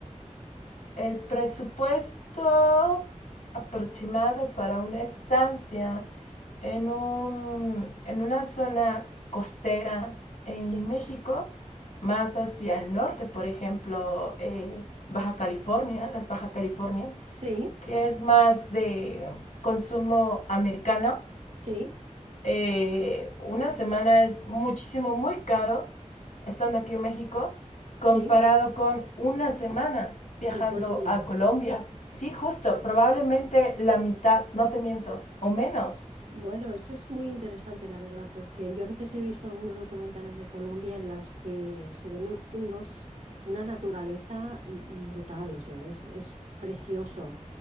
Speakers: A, on the left; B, on the right.
A: el presupuesto aproximado para una estancia en, un, en una zona costera en
B: sí.
A: México, más hacia el norte, por ejemplo, eh, Baja California, las Baja California,
B: Sí,
A: que es más de consumo americano.
B: sí,
A: Eh, una semana es muchísimo, muy caro, estando aquí en México, comparado
B: sí.
A: con una semana viajando
B: En Colombia.
A: a Colombia. Sí, justo, probablemente la mitad, no te miento, o menos,
B: Bueno, eso es muy interesante, la verdad, porque yo a veces he visto algunos documentales de Colombia en las que se ven u- unos, una naturaleza mm, brutal, o sea, es, es precioso.